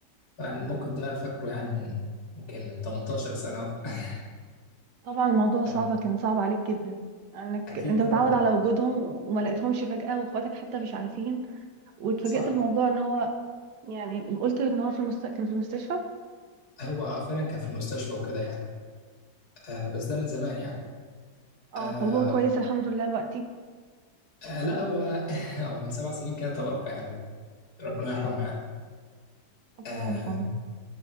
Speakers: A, on the left; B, on the right.
A: يعني الموقف ده فاكره يعني من ممكن من 18 سنة اهو <laughs>
B: طبعا الموضوع صعب
A: آه
B: كان صعب عليك جدا انك
A: اكيد
B: انت متعود
A: طبعا
B: على وجودهم وما لقيتهمش فجأة واخواتك حتى مش عارفين واتفاجئت
A: صح
B: بموضوع ان هو يعني قلت ان هو في المست... كان في المستشفى
A: هو فعلا كان في المستشفى وكده يعني آه بس ده من زمان يعني
B: اه
A: آه
B: طب هو كويس الحمد لله دلوقتي
A: آه لا هو <laughs> هو من سبع سنين كده توفى يعني ربنا يرحمه يعني
B: ربنا
A: آه
B: يرحمه